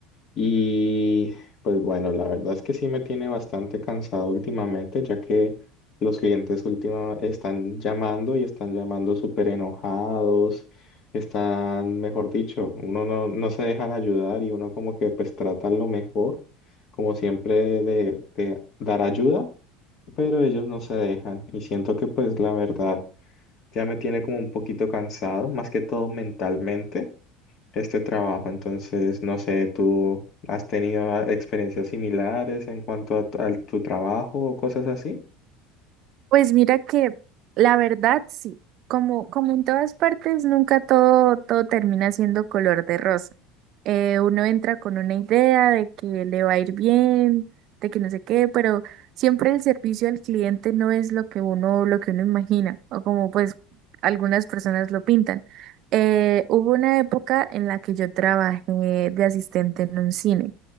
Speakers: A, on the left (about 45°); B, on the right (about 50°).
A: Y pues bueno, la verdad es que sí me tiene bastante cansado últimamente, ya que los clientes última están llamando y están llamando súper enojados, están, mejor dicho, uno no, no se dejan ayudar y uno como que pues trata lo mejor, como siempre de, de dar ayuda, pero ellos no se dejan y siento que pues la verdad ya me tiene como un poquito cansado, más que todo mentalmente este trabajo. Entonces, no sé, ¿tú has tenido ah, experiencias similares en cuanto a, tu- a tu trabajo o cosas así?
B: Pues mira que la verdad sí, como, como en todas partes, nunca todo, todo termina siendo color de rosa. Eh, uno entra con una idea de que le va a ir bien, de que no sé qué, pero siempre el servicio al cliente no es lo que uno, lo que uno imagina, o como pues algunas personas lo pintan. Eh, hubo una época en la que yo trabajé de asistente en un cine.